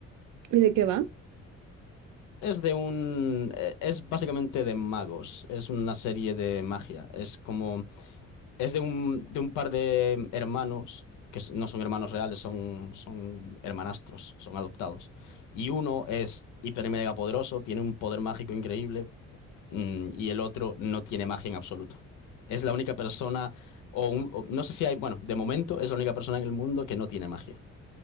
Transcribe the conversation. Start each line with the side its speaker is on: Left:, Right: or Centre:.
Right: ¿Y de qué va?
Left: Es de un, eh, es básicamente de magos, es una serie de magia, es como, es de un, de un par de hermanos, que s- no son hermanos reales, son, son hermanastros, son adoptados. Y uno es hiper y mega poderoso, tiene un poder mágico increíble, mm, y el otro no tiene magia en absoluto. Es la única persona, o, un- o no sé si hay, bueno, de momento es la única persona en el mundo que no tiene magia.